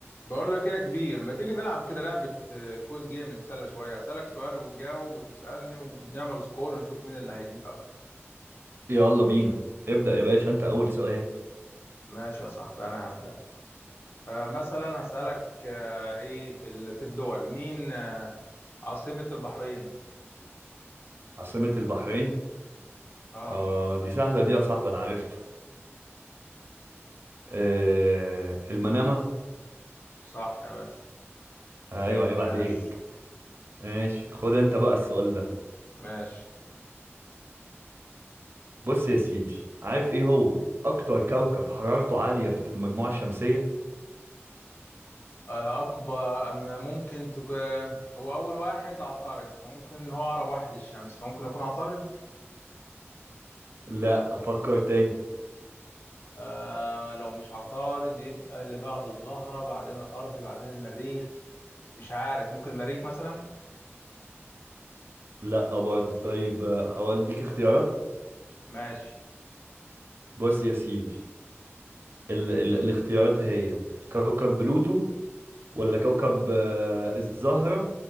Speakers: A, on the left; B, on the right.
A: بقول لك ايه يا كبير ما تيجي نلعب كده لعبة آه، كويز جيم نتسلى شوية أسألك سؤال وتجاوب وتسألني ونعمل سكور ونشوف مين اللي هيجيب أكتر
B: يلا بينا ابدأ يا باشا انت اول سؤال
A: ماشي يا صاحبي أنا هبدأ آه مثلا هسألك آه ايه في ال- في الدول مين آه عاصمة البحرين
B: عاصمة البحرين
A: اه
B: اه دي سهلة دي يا صاحبي انا عارفها آه المنامة
A: صح يا باشا
B: ايوه عيب
A: ماشي
B: عليك ماشي خد انت بقى السؤال ده
A: ماشي
B: بص يا سيدي عارف ايه هو اكتر كوكب حرارته عالية في المجموعة الشمسية
A: آه أكبر أما ممكن تج... هو أول واحد عطارد فممكن هو أقرب واحد للشمس فممكن يكون عطارد
B: لا افكر تاني
A: آه لو مش عطارد يبقى اللي بعد الزهرة بعدين الأرض بعدين المريخ مش عارف ممكن المريخ مثلا
B: لا برضه طيب آه، اقول ديك اختيارات
A: ماشي
B: بص يا سيدي ال ال الاختيارات هي كوكب بلوتو ولا كوكب آه الزهرة